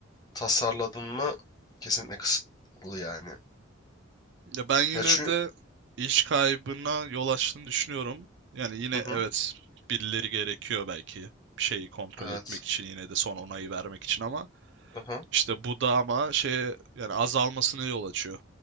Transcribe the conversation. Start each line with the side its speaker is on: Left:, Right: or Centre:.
Left: tasarladın mı kesinlikle kısıtlı yani.
Right: Ya ben yine
Left: Ya çünkü
Right: de iş kaybına yol açtığını düşünüyorum. Yani yine
Left: hı
Right: evet
Left: hı,
Right: birileri gerekiyor belki bir şeyi kontrol
Left: evet.
Right: etmek için yine de son onayı vermek için ama
Left: Aha,
Right: işte bu da ama şeye yani azalmasına yol açıyor.